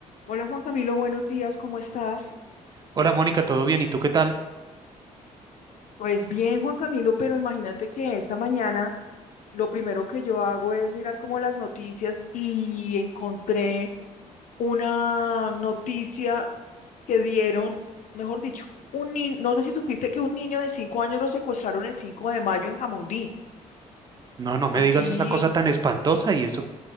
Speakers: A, on the left; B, on the right.
A: Hola Juan Camilo, buenos días, ¿cómo estás?
B: Hola Mónica, ¿todo bien? ¿Y tú qué tal?
A: Pues bien, Juan Camilo, pero imagínate que esta mañana lo primero que yo hago es mirar como las noticias y encontré una noticia que dieron, mejor dicho, un niño, no sé si supiste que un niño de cinco años lo secuestraron el 5 de mayo en Jamundí,
B: No, no me
A: aquí
B: digas esa cosa
A: en,
B: tan espantosa y eso,